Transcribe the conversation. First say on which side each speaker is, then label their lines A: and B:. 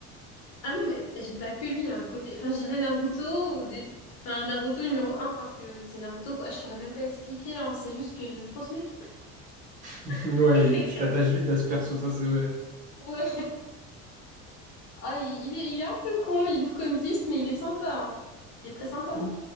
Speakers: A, on the left; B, on the right.
A: Ah non, mais j'ai pas que lui. Hein, côté... Enfin, je dirais Naruto, au dé- enfin, Naruto numéro un parce que c'est Naruto, quoi. Je saurais même pas expliquer. hein. C'est juste que j'aime trop ce mec.
B: <laughs>
A: <laughs>
B: Ouais, tu t'attaches vite à ce perso, ça c'est vrai.
A: Ouais. Ah, il, il est, il est un peu con, il bouffe comme 10, mais il est sympa. hein. Il est très sympa.
B: Oh.